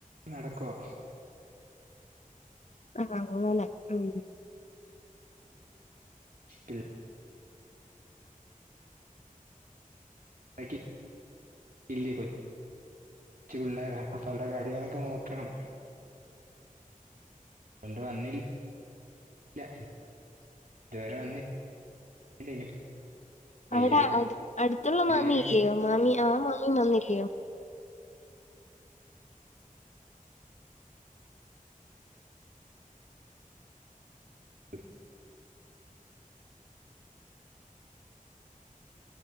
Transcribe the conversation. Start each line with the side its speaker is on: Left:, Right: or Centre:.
Right: നടക്കുവ
Left: ആഹ് അങ്ങനെ ഉം
Right: ഇ <inaudible> <unintelligible> ച്ചു പിള്ളേര അപ്പൊ അവരുടെ കാര്യങ്ങളൊക്കെ നോക്കണം. അതോണ്ട് വന്നിൽ. ല്യ ഇതുവരെ വന്നില്ല ഇനി പയ്യെ
Left: അവിടെ അ അടുത്തുള്ള
Right: വരുവായിരിക്കും
Left: മാമി ഇല്ലയോ മാമി ആ മാമിയും വന്നില്ലയോ?
Right: <inaudible>